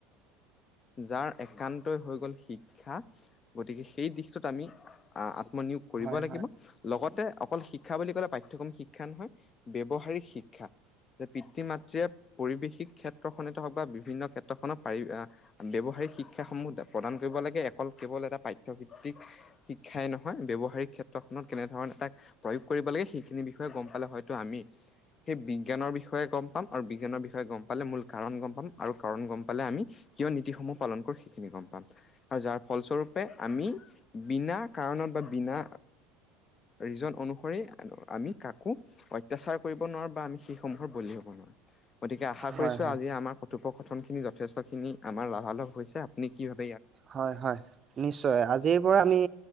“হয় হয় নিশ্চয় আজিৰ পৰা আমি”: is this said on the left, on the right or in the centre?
Right